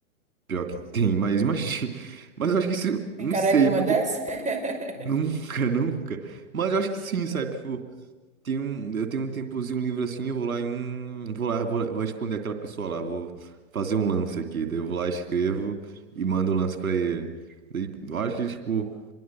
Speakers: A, on the right (about 85°); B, on the right (about 15°).
A: Pior que tem, mas imagina. <laughs> Mas eu acho que isso, não
B: Encararia
A: sei, é
B: uma
A: porque
B: dessa? <laughs>
A: nunca, nunca. Mas eu acho que sim, sabe, tipo, Tem um, eu tenho um tempozinho livre assim, eu vou lá em. um, Vou lá, vou, lá- vou responder aquela pessoa lá, vou fazer um lance aqui. Daí eu vou lá, escrevo e mando o lance pra ele. Daí eu acho que, tipo,